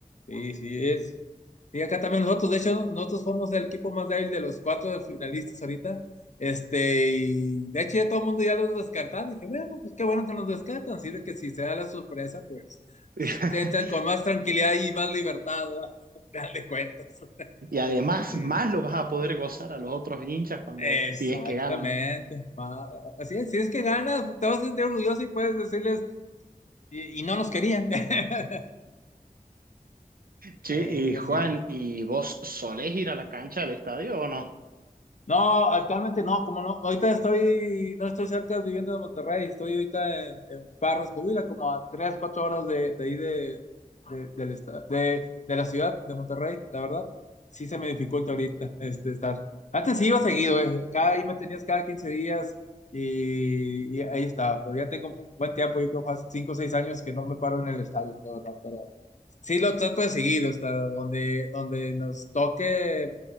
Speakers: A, on the left; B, on the right.
A: Sí, sí, es. Y acá también nosotros, de hecho, nosotros fuimos el equipo más débil de los cuatro finalistas ahorita. Este, y de hecho ya todo el mundo ya los descartaba. Dije, bueno, pues qué bueno que nos descartan. Sirve que si se da la sorpresa, pues
B: <laughs>
A: entran con más tranquilidad y más libertad, ¿verdad? <laughs> Al final de cuentas.
B: Y además,
A: Sí.
B: más lo vas a poder gozar a los otros hinchas cuando,
A: Exactamente.
B: si es que ganan.
A: ma- Así es, si es que ganas, te vas a sentir orgulloso y puedes decirles, y, y no nos querían. <laughs>
B: Sí,
A: Eh,
B: y Juan,
A: así es.
B: ¿y vos solés ir a la cancha del estadio o no?
A: No, actualmente no, como no, ahorita estoy, no estoy cerca viviendo de Monterrey, estoy ahorita en, en Barros, Coahuila, como a tres, cuatro horas de, de ahí de, de, del esta- de, de la ciudad de Monterrey, la verdad, sí se me dificulta ahorita este, estar. Antes sí iba seguido, eh, cada ahí me tenías cada 15 días y, y ahí estaba, pero ya tengo mu- buen tiempo, yo creo que hace cinco o seis años que no me paro en el estadio, la verdad, Sí, lo trato de seguir, o sea, donde, donde nos toque,